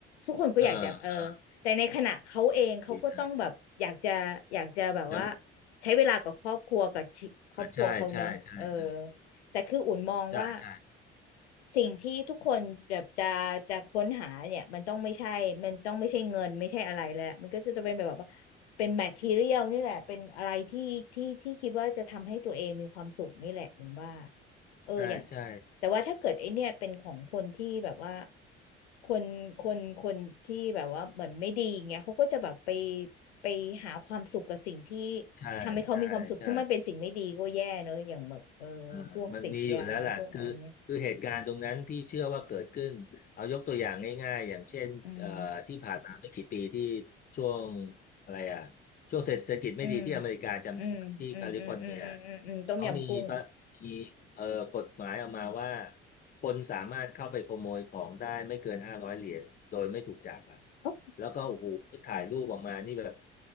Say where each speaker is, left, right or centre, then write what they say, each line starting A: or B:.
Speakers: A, on the left; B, on the left.
A: ทุกคนก็อยากจะเออ
B: เออ
A: แต่ในขณะเขาเองเขาก็ต้องแบบอยากจะอยากจะแบบว่า
B: ดีนะจะ
A: ใช้เวลากับครอบครัวกับชีครอบครัวเขาเนอะเออ
B: อ่าใช่ใช่ใช่ใช่
A: แต่คืออุ่นมองว่า
B: ใช่ใช่
A: สิ่งที่ทุกคนแบบจะจะค้นหาเนี่ยมันต้องไม่ใช่มันต้องไม่ใช่เงินไม่ใช่อะไรแล้วมันก็จะจะเป็นแบบว่าเป็นแมททีเรียลนี่แหละเป็นอะไรที่ที่ที่คิดว่าจะทำให้ตัวเองมีความสุขนี่แหละอุ่นว่าเอออย่าง
B: ใช่ใช่
A: แต่ว่าถ้าเกิดไอเนี่ยเป็นของคนที่แบบว่าคนคนคนที่แบบว่าเหมือนไม่ดีเงี้ยเขาก็จะแบบไปไปหาความสุขกับสิ่งที่
B: ใช่ใช่ใช่
A: ทำให้เขามีความสุขถ้ามันเป็นสิ่งไม่ดีก็แย่เนอะอย่างแบบเออพวกติดยาพวกอะไรเงี้ย
B: อ่ามันมีอยู่แล้วล่ะคือคือเหตุการณ์ตรงนั้นพี่เชื่อว่าเกิดขึ้นเอายกตัวอย่างง่ายๆอย่างเช่นเอ่อที่ผ่านมาไม่กี่ปีที่
A: อืม
B: ช่วงอะไรอ่ะช่วงเศรษฐกิจไม่ดีที่อเมริกาจำได้ไหมที่แคลิฟอร์เนีย
A: อืมอืมอืมอืมอืมอืมอืมอืมต้มยำกุ้ง
B: เขามีประมีเอ่อกฎหมายออกมาว่าคนสามารถเข้าไปขโมยของได้ไม่เกินห้าร้อยเหรียญโดยไม่ถูกจับอ่ะ
A: เอ้า
B: แล้วก็โอ้โหถ่ายรูปออกมานี่แบบ